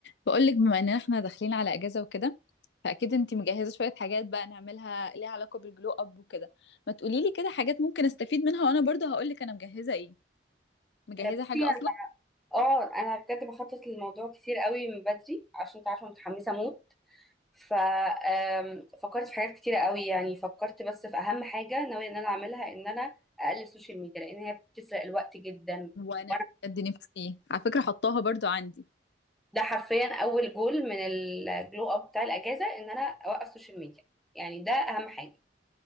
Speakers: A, on the left (about 75°); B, in the centre.
A: بقولك بما ان احنا داخلين على اجازه وكده فاكيد انتي مجهزه شويه حاجات بقى نعملها ليها علاقه بالجلو اب وكده ما تقولي لي كده حاجات ممكن استفيد منها وانا برضه هقولك انا مجهزه ايه مجهزه
B: بصي
A: حاجه
B: يعني
A: اصلا
B: اه انا بجد بخطط للموضوع كتير قوي من بدري عشان انت عارفه متحمسه موت ف آم، فكرت في حاجات كتيره قوي يعني فكرت بس في اهم حاجه ناويه ان انا اعملها ان انا اقلل السوشيال ميديا لان هي بتسرق الوقت جدا
A: وانا
B: وانا
A: بجد نفسي على فكره حطاها برضه عندي
B: ده حرفيا اول جول من الجلو اب بتاع الاجازه ان انا اوقف السوشيال ميديا يعني ده اهم حاجه